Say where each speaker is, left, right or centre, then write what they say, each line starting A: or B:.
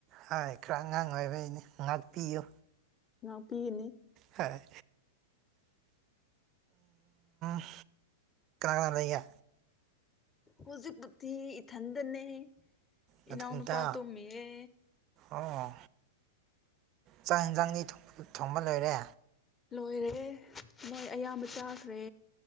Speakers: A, on the right; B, on the left.
A: ꯍꯥꯏ ꯈꯔ ꯑꯉꯥꯡ ꯑꯣꯏꯕꯩꯅꯤ ꯉꯥꯛꯄꯤꯌꯨ
B: ꯉꯛꯄꯤꯒꯥꯅꯤ
A: ꯍꯥꯏ ꯀꯅꯥ ꯀꯅꯥ ꯂꯩꯒꯦ
B: ꯍꯧꯖꯤꯛꯄꯨꯗꯤ ꯏꯊꯟꯗꯅꯦ
A: ꯅꯊꯟꯇ
B: ꯏꯅꯥꯎ ꯅꯨꯄꯥ ꯇꯨꯝꯃꯤꯌꯦ
A: ꯑꯣ ꯆꯥꯛ ꯍꯤꯟꯖꯥꯡꯗꯤ ꯊꯣꯡ ꯊꯣꯡꯕ ꯂꯣꯏꯔꯦ
B: ꯂꯣꯏꯔꯦ ꯃꯣꯏ ꯑꯌꯥꯝꯕ ꯆꯥꯈ꯭ꯔꯦ